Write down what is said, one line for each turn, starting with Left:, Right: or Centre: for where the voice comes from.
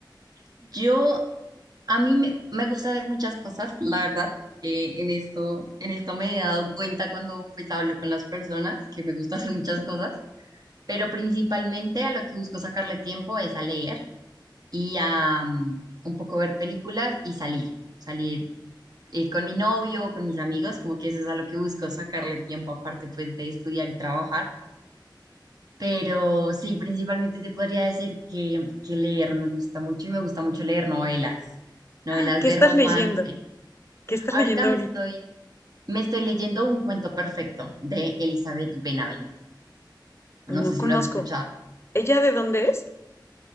Right: Yo, a mí me, me gusta ver muchas cosas, la verdad, eh, en esto, en esto me he dado cuenta cuando pues hablo con las personas que me gusta hacer muchas cosas pero principalmente a lo que busco sacarle tiempo es a leer y a mm, un poco ver películas y salir, salir eh, con mi novio o con mis amigos, como que eso es a lo que busco sacarle tiempo, aparte pues de estudiar y trabajar. Pero sí, principalmente te podría decir que, que leer me gusta mucho y me gusta mucho leer novelas, novelas
Left: Ah, ¿Qué
Right: de
Left: estás
Right: romance.
Left: leyendo? ¿Qué estás
Right: Ahorita
Left: leyendo
Right: me
Left: ahorita?
Right: estoy, me estoy leyendo Un cuento perfecto de Elizabeth Benavent.
Left: No
Right: No sé
Left: conozco.
Right: si lo has escuchado.
Left: ¿Ella de dónde es?